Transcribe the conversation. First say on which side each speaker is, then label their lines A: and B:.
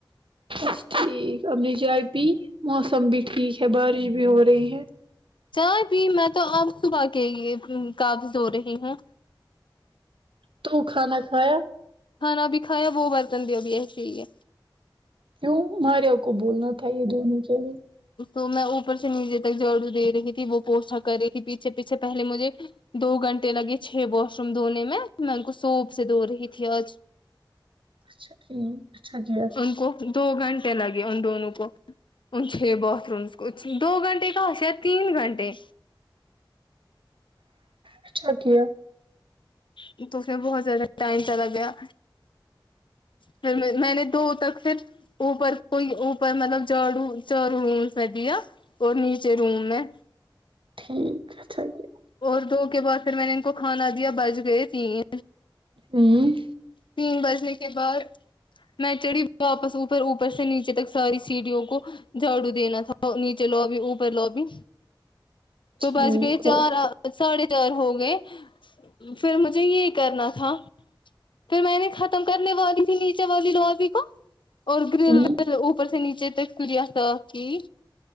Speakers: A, on the right; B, on the left.
A: بس ٹھیک اپ نے جائے پی موسم بھی ٹھیک ہے بارش بھی ہو رہی ہے
B: چائے پی میں تو آپ صبح کے لئے کاپس دھو رہی ہوں
A: تو کھانا کھایا
B: کھانا بھی کھایا وہ برتن بھی ابھی ایسے ہی ہے
A: کیوں ماریا کو بولنا تھا یے دھونے کے لیے
B: تو میں اوپر سے نیچے تک جاڑو دے رہی تھی وہ پوچھا کر رہی تھی پیچھے پیچھے پہلے مجھے دو گھنٹے لگے چھ واش روم دھونے میں میں ان کو سوپ سے دھو رہی تھی آج
A: اچھا ٹھیک اچھا کیا
B: ان کو دو گھنٹے لگے ان دونوں کو تھے باتھ رومس کچھ دو گھنٹے کہاں سے ہے تین گھنٹے
A: اچھا کیا
B: تو پھر اس مے بہت زیادہ ٹائم سہ زیادہ لگ گیا پھر میں نے میں نے دو تک پھر اوپر کوئی اوپر مطلب جاڑو چارو رومس میں دیا اور نیچے روم میں
A: ٹھیک ٹھیک اچھا کیا
B: اور دو کے بعد پھر میں نے ان کو کھانا دیا بج گئے تین
A: ہمم
B: تین بجنے کے بعد میں چڑھی واپس اوپر اوپر سے نیچے تک ساری سیڑھیوں کو جھاڑو دینا تھا نیچے لوبی اوپر لوبی تو
A: ٹھیک
B: بج گۓ چار
A: ہو
B: آ ساڑھے چار ہو گئے پھر مجھے یے کرنا تھا پھر میں نے ختم کرنے والی تھی نیچے والی لابی کو اور
A: ہوں
B: گرل جو اوپر سے نیچے تک سیڑھیاں صاف کی